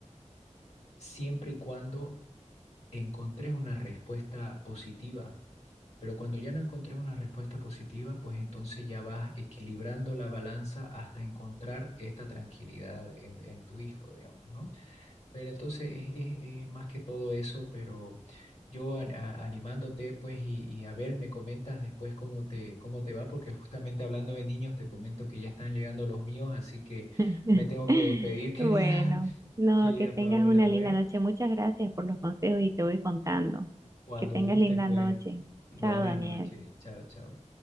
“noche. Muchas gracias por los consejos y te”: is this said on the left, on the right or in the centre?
Right